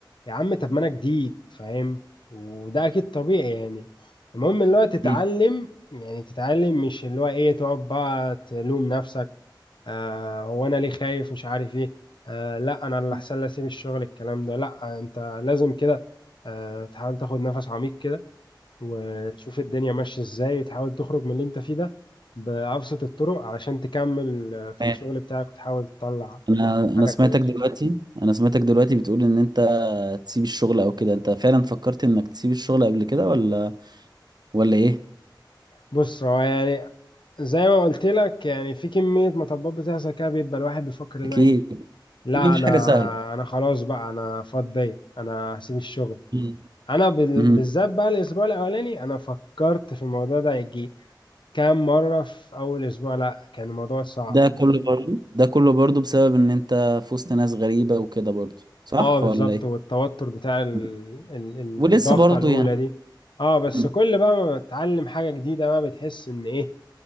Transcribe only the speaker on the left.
يا عم طب ما انا جديد فاهم وده اكيد طبيعي يعني المهم اللي هو تتعلم
يعني تتعلم مش اللي هو ايه تقعد بقى تلوم نفسك آه هو انا ليه خايف مش عارف ايه آه لا انا اللي
احسن لي اسيب الشغل الكلام ده لا انت لازم كده آه تحاول تاخد نفس عميق كده وتشوف الدنيا ماشية ازاي وتحاول تخرج من اللي انت فيه ده بأبسط الطرق علشان تكمل آه، في
الشغل بتاعك وتحاول تطلع
حاجة
كويسة
بص هو يعني زي ما قلت لك يعني في كمية مطبات بتحصل كده بيبقى الواحد بيفكر اللي
هو ايه لا
انا
انا خلاص بقى انا فاضي انا هسيب الشغل
انا بال-
بالذات بقى الاسبوع الاولاني انا فكرت في الموضوع ده يجي كام مرة في اول اسبوع لا كان الموضوع صعب
اه بالظبط
والتوتر بتاع ال...
ال... الضغطة
الاولى
دي اه بس
كل بقى ما بتتعلم حاجة جديدة بقى بتحس ان ايه